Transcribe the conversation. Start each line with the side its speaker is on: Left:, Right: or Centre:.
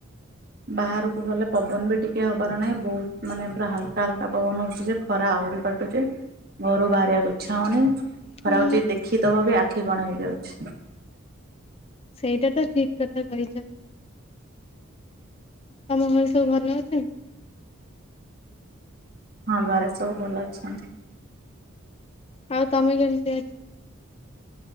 Right: ବାହାରକୁ ଗଲେ ପବନ ବି ଟିକେ ହବାର ନାହିଁ ବହୁତ ମାନେ ପୁରା ହାଲକା ହାଲକା ପବନ ହଉଛି ଯେ? ଖରା ଆହୁରି କାଟୁଚି ଘରୁ ବାହାରିବା ଇଛା ହଉନି ଖରାକୁ
Left: ହୁଁ।
Right: ଯିଏ ଦେଖିଦବ ବି ଆଖି କଣ ହେଇଯାଉଛି।
Left: ସେଇଟା ତ ଠିକ୍ କଥା କହିଚ। ତମ ଘରେ ସବୁ ଭଲ ଅଛ?
Right: ହଁ ଘରେ ସବୁ ଭଲ ଅଛନ୍ତି।
Left: ଆଉ ତମେ କେମିତି ଅ